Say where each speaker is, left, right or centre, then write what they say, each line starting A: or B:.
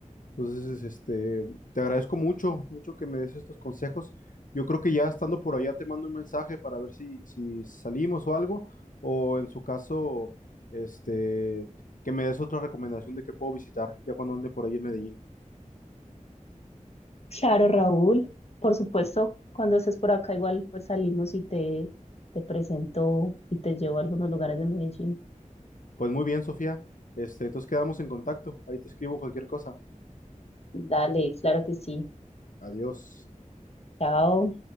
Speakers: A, on the left; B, on the left.
A: Entonces, este, te agradezco mucho, mucho que me des estos consejos. Yo creo que ya estando por allá te mando un mensaje para ver si, si salimos o algo, o en su caso, este, que me des otra recomendación de qué puedo visitar ya cuando ande por ahí en Medellín.
B: Claro, Raúl, por supuesto, cuando estés por acá igual pues salimos y te, te presento y te llevo a algunos lugares de Medellín.
A: Pues muy bien, Sofía. Este, entonces quedamos en contacto. Ahí te escribo cualquier cosa.
B: Dale, claro que sí.
A: Adiós.
B: Chao.